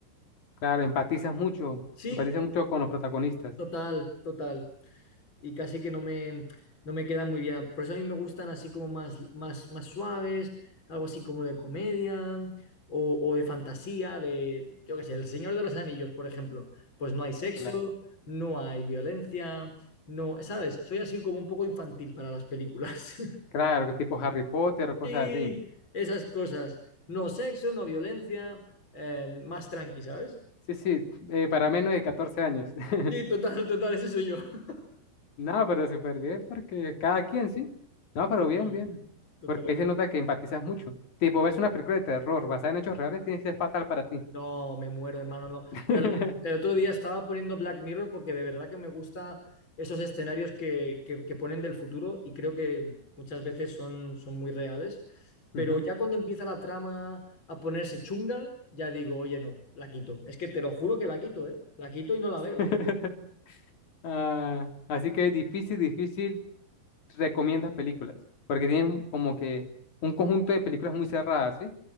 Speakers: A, on the left (about 45°); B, on the left (about 25°).
A: claro, empatizas mucho,
B: Sí,
A: empatizas mucho con los protagonistas.
B: total, total. y casi que no me, no me quedan muy bien. Por eso a mí me gustan así como más, más, más suaves, algo así como de comedia o, o de fantasía, de, yo qué sé, El Señor de los Anillos, por ejemplo. Pues no hay sexo,
A: Claro,
B: no hay violencia, no, ¿sabes? Soy así como un poco infantil para las películas. <laughs>
A: claro, tipo Harry Potter o cosas
B: Sí,
A: así.
B: esas cosas. No sexo, no violencia, eh, más tranqui, ¿sabes?
A: Sí, sí, eh, para menos de 14 años. <laughs>
B: Sí, total, total, ese soy yo. <laughs>
A: No, pero súper bien, porque cada quien, sí. No, pero
B: Total,
A: bien, bien.
B: total.
A: Porque ahí se nota que empatizas mucho. Tipo, verse una película de terror basada en hechos reales tiene que ser fatal para ti.
B: No, me muero, hermano. No. O
A: <laughs>
B: sea, lo- El otro día estaba poniendo Black Mirror porque de verdad que me gusta esos escenarios que, que- que ponen del futuro y creo que muchas veces son, son muy reales. Pero
A: Ujú.
B: ya cuando empieza la trama a ponerse chunga, ya digo, oye, no, la quito. Es que te lo juro que la quito, ¿eh? La quito y no la veo.
A: <laughs> Ah, así que difícil, difícil, recomiendas películas. Porque tienen como que un conjunto de películas muy cerradas, ¿sí?